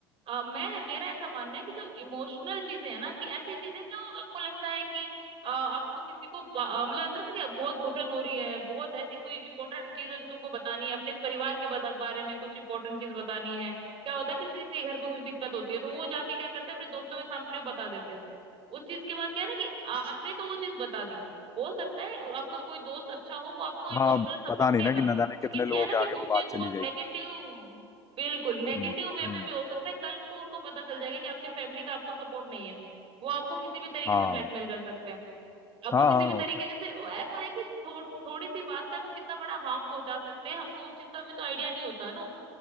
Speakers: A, on the right; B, on the left.
A: अ, मैं मेरा ऐसा मानना है कि जो इमोशनल चीजें है ना कि ऐसी चीजें जो आपको लगता है कि अ, आपको किसी को बा- अ, मतलब ऐसा ना कि बहुत घुटन हो रही है बहुत ऐसी कोई इंपॉर्टेंट चीज है जो तुमको बतानी है अपने परिवार के बता, बारे में कुछ इंपॉर्टेंट चीज बतानी है क्या होता है कि किसी किसी के घर पे कुछ दिक्कत होती है तो वो जाके क्या करते हैं अपने दोस्तों के सामने बता देते हैं उस चीज के बाद क्या है ना कि आपने तो वो चीज बता दी हो सकता है आपका कोई दोस्त अच्छा हो वो आपको इमोशनल
B: हाँ अब
A: सपोर्ट
B: पता नहीं
A: देगा
B: ना कि न जाने कितने
A: लेकिन
B: लोगों
A: क्या है ना
B: के
A: कि
B: आगे वो
A: उस
B: बात
A: चीज
B: चली
A: को
B: जाएगी
A: नेगेटिव बिल्कुल नेगेटिव
B: हम्म
A: वे
B: हम्म
A: में भी हो सकता है कल को उनको पता चल जाएगा कि आपके फैमिली का आपको सपोर्ट नहीं है वो आपको किसी भी तरीके
B: हाँ
A: से ब्लैकमेल कर सकते हैं आपको
B: हाँ
A: किसी
B: हाँ
A: भी
B: और
A: तरीके
B: क्या।
A: से ऐसा है कि थो, थोड़ी सी बात से वो कितना बड़ा हार्म पहुंचा सकते हैं हमको उस चीज का भी तो आइडिया नहीं होता ना